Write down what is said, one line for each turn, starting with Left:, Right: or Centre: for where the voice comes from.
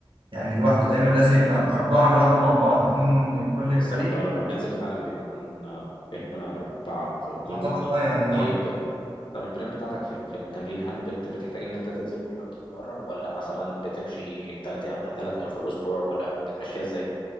Right: يعني لوحده دايما لازم يبقى أربعة بيلعبوا مع بعض اتنين كل
Left: بالظبط
Right: فريق
Left: اه لما بننزل فعلا بنكون آه، بنكون أربعة في اتنين
Right: أعتقد
Left: واتنين
Right: أه يعني
Left: طيب
Right: أه
Left: طب البلان بتاعتك في ال- في التمرين هل بت... بتحتاج إن أنت تنزل كل يوم تتمرن ولا مثلا بتمشي تلات أيام تلات أيام في الأسبوع ولا بتمشيها إزاي؟